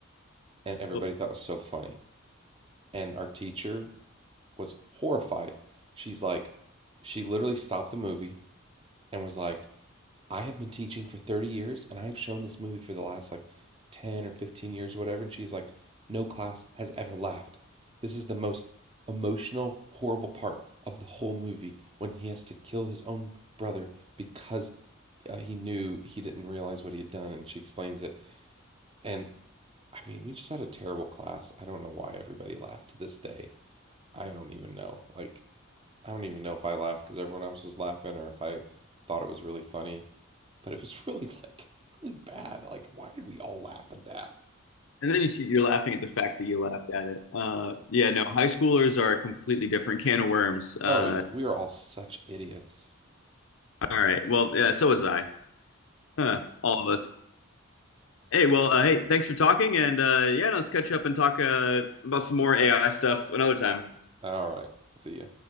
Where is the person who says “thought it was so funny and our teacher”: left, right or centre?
Right